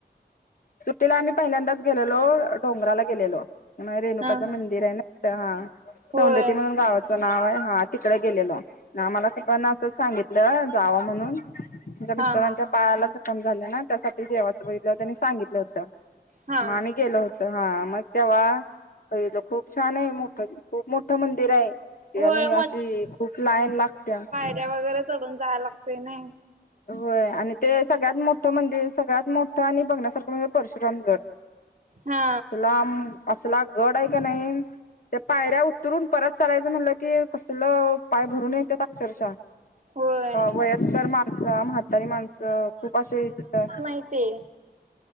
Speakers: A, on the left; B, on the right.
A: सुट्टीला आम्ही पहिल्यांदाच गेलेलो, डोंगराला गेलेलो. माय रेणुकाचं
B: हा हा.
A: मंदिर आहे ना त्या हा
B: होय.
A: सौंदती म्हणून गावात च नाव हाय हा तिकडे गेलेलो. हा मलापण असं सांगितलं जावा म्हणून. त्यांच्या मिस्टरांच्या
B: हा हा
A: पायाला जखम झाल्या ना, त्यासाठी देवाचं बघितल्यावर त्यांनी सां होतं.
B: हा.
A: मग आम्ही गेलो होतो. हा मग तेव्हा पहिलं खूप छान आहे मोठं. खूप मोठं मंदिर आहे
B: होय
A: आणि अशी खूप लाईन लागत्या.
B: त्या वगैरे चढून जायाय लागतय नाही.
A: होय आणि ते सगळ्यात मोठं मंदिर, सगळ्यात मोठं आणि बघण्यासारखं म्हणजे परशुरामगड.
B: हा.
A: लांब असला गड आहे का नाही त्, या पायऱ्या उतरून परत चलायचं म्हणलं की कसल पाय भरून येतेेत अक्षरशः.
B: होय
A: वयस्कर माणसा म्हा म्हातारी माणसं खूप असे तिथं
B: माहितेय.